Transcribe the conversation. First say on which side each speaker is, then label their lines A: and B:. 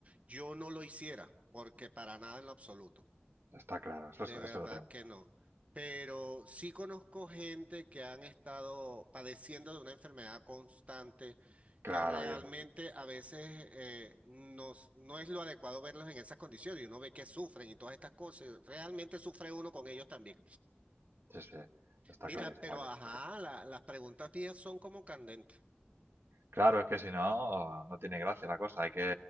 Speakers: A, on the right (about 35°); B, on the right (about 75°).
A: yo no lo hiciera, porque para nada en lo absoluto.
B: está claro, eso,
A: De
B: está-
A: verdad
B: eso lo tenemos
A: que
B: claro.
A: no. Pero sí conozco gente que han estado padeciendo de una enfermedad constante
B: Claro,
A: que realmente
B: y es muy duro.
A: a veces eh, nos- no es lo adecuado verlos en esas condiciones y uno ve que sufren y todas estas cosas. Realmente sufre uno con ellos también.
B: Sí, sí, está
A: Mira,
B: clarísimo,
A: pero
B: yo
A: ajá,
B: creo.
A: la- las preguntas mías son como candentes.
B: Claro, es que si no, no tiene gracia la cosa. Hay que,